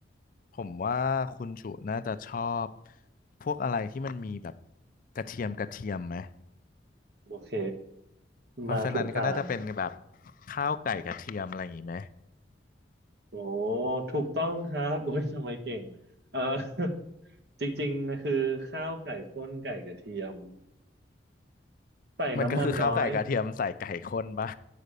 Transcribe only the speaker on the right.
โอเค
มาถูกทาง
โอ้ถูกต้องครับโอ้ยทำไมเก่งเออ <laughs> จริงๆคือข้าวไข่ข้นไก่กระเทียม ใส่น้ำมันน้อย